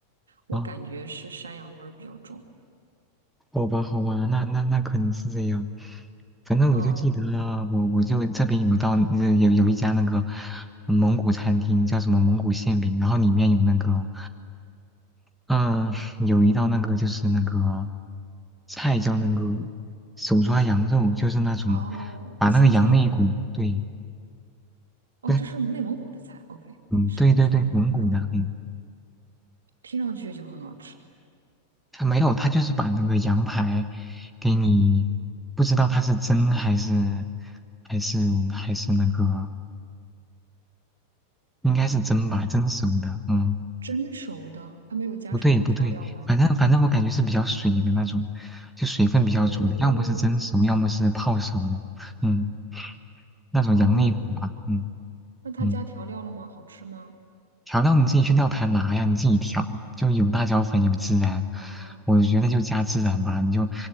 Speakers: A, on the right; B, in the centre.
A: 我感觉是山羊味儿比较重。
B: 啊，好吧好吧，那那那可能是这样，反正我就记得啊我我就这边有一道呃有有一家那个
A: 嗯，
B: 蒙古餐厅叫什么蒙古馅饼，然后里面有那个。嗯，有一道那个就是那个菜叫那个手抓羊肉，就是那种
A: 哦，
B: 把那个羊肋骨，
A: 新疆，
B: 对，
A: 哦，
B: 不是，
A: 这是内蒙古的菜。OK，
B: 嗯，
A: 手抓羊肉，
B: 对对对，蒙古的，嗯，
A: 听上去就很好吃。
B: 他没有，他就是把那个羊排给你，不知道它是蒸还是还是还是那个，应该是蒸吧，蒸熟的，嗯，
A: 蒸熟的，它没有加什么调料吗？
B: 不对不对，反正反正我感觉是比较水的那种，就水分比较足的，
A: 哦，
B: 要么是蒸熟，要么是泡熟的，嗯，那种羊肋骨吧，
A: 哦，那
B: 嗯。
A: 那它加调料了吗？
B: 嗯，
A: 好吃吗？
B: 调料你自己去料台拿呀，你自己调，就有辣椒粉，有孜然，
A: 啊，
B: 我觉得就加孜然吧，你就